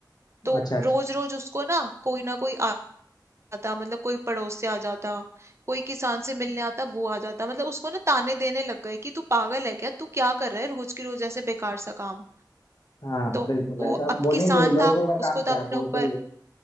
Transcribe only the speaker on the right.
तो
रोज रोज उसको ना कोई ना कोई आ- आता मतलब कोई पड़ोस से आ जाता कोई किसान से मिलने आता वो आ जाता मतलब उसको ना ताने देने लग गए कि तू पागल है क्या तू क्या कर रहा है रोज की रोज ऐसे बेकार सा काम
तो
वो
अब
किसान
था
उसको
तो अपने
ऊपर